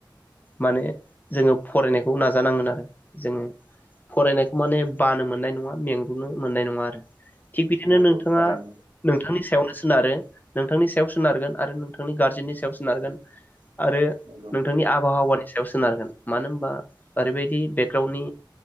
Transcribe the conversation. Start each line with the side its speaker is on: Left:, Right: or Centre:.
Left: माने जोङो फरायनायखौ नाजानांगोन आरो। जोङो फरायनायखौ माने बानो मोननाय नङा मेंगलुनो मोननाय नङा आरो थिग बिदिनो
Right: नंगौ
Left: नोंथाङा
Right: थारैनो
Left: नोंथांनि सायावनो सोनारो। नोंथांनि सायाव सोनारगोन आरो नोंथांनि गार्जेननि सायाव सोनारगोन आरो
Right: नंगौ
Left: नोंथांनि आबहावानि सायाव सोनारगोन मानो होनबा ओरैबायदि बे गावनि